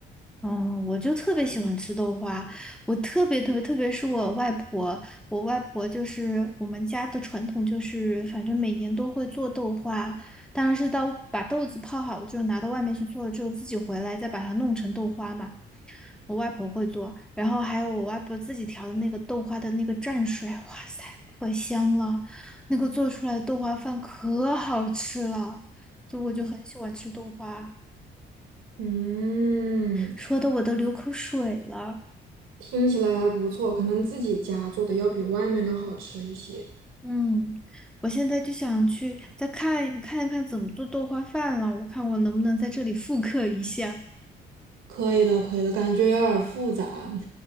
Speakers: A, in the centre; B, on the right (about 85°).
A: 哦，我就特别喜欢吃豆花，我特别特别，特别是我外婆，我外婆就是我们家的传统，就是反正每年都会做豆花，当然是到把豆子泡好了之后拿到外面去做了之后，自己回来再把它弄成豆花嘛。我外婆会做，然后还有我外婆自己调的那个豆花的那个蘸水，哇塞，可香了！那个做出来的豆花饭可好吃了，所以我就很喜欢吃豆花，
B: 嗯，嗯，
A: 说的我都流口水了。
B: 听起来还不错，可能自己家做的要比外面的好吃一些。
A: 嗯，我现在就想去再看看一看怎么做豆花饭了，我看我能不能在这里复刻一下。
B: 可以的，可以的，感觉有点儿复杂。<laughs>